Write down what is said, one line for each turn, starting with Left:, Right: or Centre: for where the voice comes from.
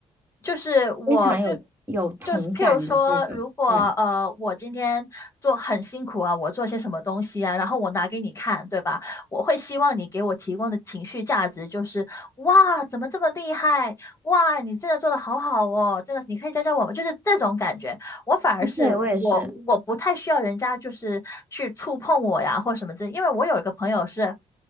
Left: 就是我就
Right: 非常有有同感的这种，
Left: 就是譬如说，如果呃我今天做很辛苦啊，
Right: 对，
Left: 我做些什么东西啊，然后我拿给你看，对吧？我会希望你给我提供的情绪价值就是哇，怎么这么厉害？哇，你真的做的好好哦，真的，是你可以教教我们，就是这种感觉。我反而是我我不太需要人家就是去触碰我呀或什么之类，
Right: 哎，对我也是。
Left: 因为我有一个朋友是。